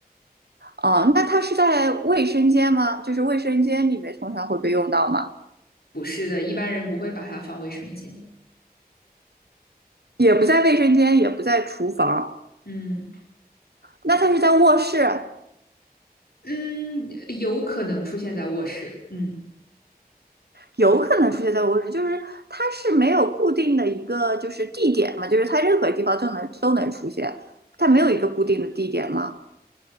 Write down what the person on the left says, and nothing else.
不是的，一般人不会把它放卫生间。
嗯
嗯，有可能出现在卧室。嗯。